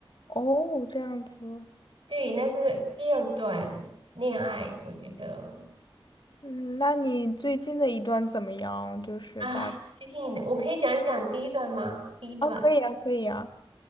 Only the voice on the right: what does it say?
对，那是第二段恋爱，我觉得。
啊，最近的我可以讲一讲第一段吗？第一段